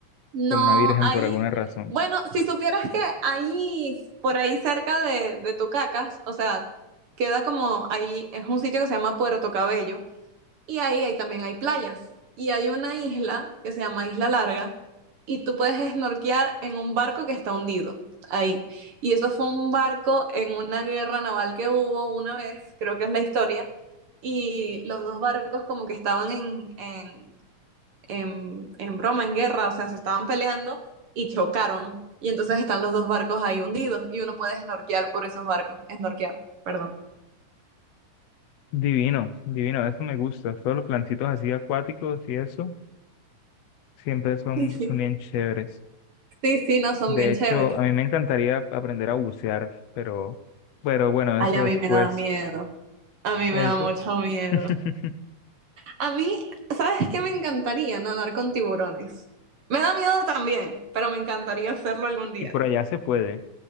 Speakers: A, on the right; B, on the left.
A: No,
B: con una virgen
A: ahí,
B: por alguna razón.
A: bueno, si supieras que ahí, por ahí cerca de, de Tucacas, o sea, queda como ahí, es un sitio que se llama Puerto Cabello, Y ahí, ahí también hay playas. Y hay una isla que se llama Isla Larga y tú puedes esnorquear en un barco que está hundido ahí. Y eso fue un barco en una guerra naval que hubo una vez, creo que es la historia, y los dos barcos como que estaban en, en, en, en broma, en guerra, o sea, se estaban peleando y chocaron. Y entonces están los dos barcos ahí hundidos y uno puede snorquear por esos barcos, esnorquear, perdón.
B: Divino, divino, eso me gusta. Todos los plancitos así acuáticos y eso siempre son,
A: Sí,
B: son bien chéveres.
A: sí, sí, no, son
B: De
A: bien chéveres.
B: hecho, a mí me encantaría aprender a bucear, pero, pero bueno,
A: Ay,
B: eso
A: a
B: después,
A: mí me da miedo. A mí
B: eso,
A: me da mucho miedo.
B: <laughs>
A: A mí, ¿sabes qué? Me encantaría nadar con tiburones. Me da miedo también, pero me encantaría hacerlo algún día.
B: y por allá se puede.